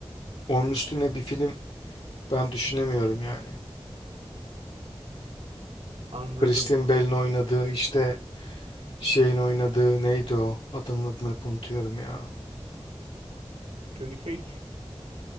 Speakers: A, on the left (about 80°); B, on the right (about 85°).
A: onun üstüne bir film ben düşünemiyorum yani.
B: Anladım.
A: Christian Bale'in oynadığı işte şeyin oynadığı neydi o? Adamın adını hep unutuyorum ya.
B: Johnny Cage